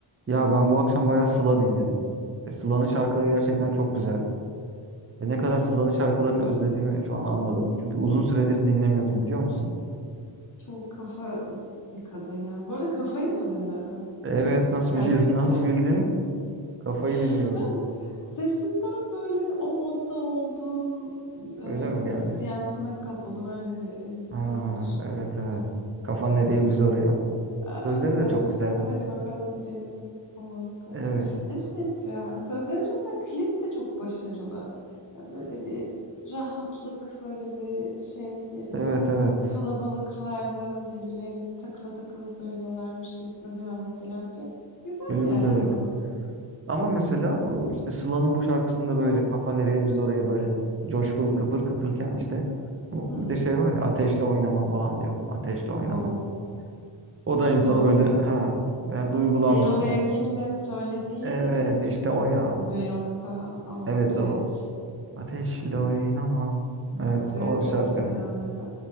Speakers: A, on the right; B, on the left.
A: Ya ben bu akşam bayağı Sıla dinledim. E, Sıla'nın şarkıları gerçekten çok güzel. Ve ne kadar Sıla'nın şarkılarını özlediğimi şu an anladım. Çünkü uzun süredir dinlemiyordum biliyor musun?
B: Çok kafa bir kadın ya. Bu arada Kafa'yı mı dinledin
A: E, Evet nasıl
B: şarkısı?
A: biliyorsun <laughs> nasıl bildin? Kafayı dinliyordum.
B: <laughs> Ha, Sesinden böyle bir o modda olduğun e,
A: Öyle mi geldi?
B: hissiyatına kapıldım. Öyle bir hissiyat
A: Ha,
B: oluştu.
A: evet evet. Kafa nereye biz oraya.
B: A-
A: Sözleri
B: Aynen
A: de çok
B: öyle
A: güzel.
B: böyle hadi bakalım gidelim o modda.
A: Evet
B: Evet ya sözleri çok güzel. Klip de çok başarılı. Ya Böyle bir rahatlık böyle bir şey yani
A: evet evet.
B: kalabalıklarda birbirleriyle takıla takıla söylüyorlarmışçasına bir hava falan. Çok güzel
A: Klibi
B: yani
A: de öyle.
B: ama.
A: Ama mesela o işte Sıla'nın bu şarkısında böyle kafa nereye biz oraya böyle coşkulu kıpır kıpırken işte bu
B: Hı.
A: bir de şey var ya ateşle oynama falan diyor. Ateşle oynama.
B: O,
A: O da insanı
B: o
A: böyle ha ben duygulandıran.
B: Erol Evgin'le söylediği
A: Evet işte o ya.
B: mi yoksa o
A: Evet
B: düet?
A: o. Ateşle oynama.
B: Ya,
A: Evet
B: o düet
A: o
B: çok
A: şarkı.
B: fenaydı.